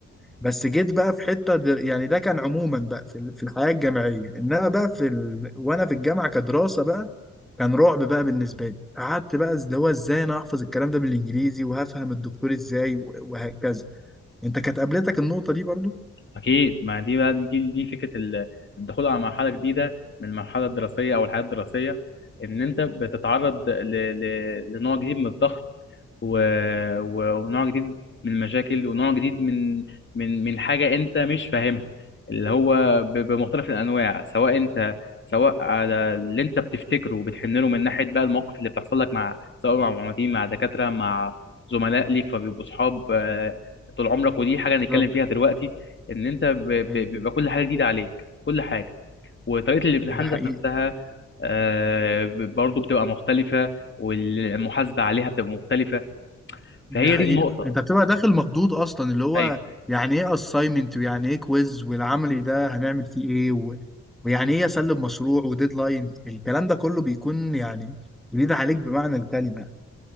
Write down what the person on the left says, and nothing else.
أكيد ما دي بقى الجيل دي فكرة ال- الدخول على مرحلة جديدة من المرحلة الدراسية أو الحياة الدراسية إن أنت بتتعرض ل... ل... لنوع جديد من الضغط و... و... ونوع جديد من المشاكل ونوع جديد من من من حاجة أنت مش فاهمها اللي هو ب... بمختلف الأنواع سواء أنت سواء على اللي أنت بتفتكره وبتحن له من ناحية بقى المواقف اللي بتحصل لك مع سواء مع معيدين مع دكاترة مع زملاء ليك فبيبقوا صحاب آه، طول عمرك ودي حاجة هنتكلم
فيها دلوقتي ان انت ب- ب-
بيبقى كل حاجه جديده عليك كل حاجه وطريقه الامتحان
ذات نفسها آه، ب- برضو بتبقى مختلفه والمحاسبه عليها بتبقى مختلفه
فهي
دي النقطه
ايوه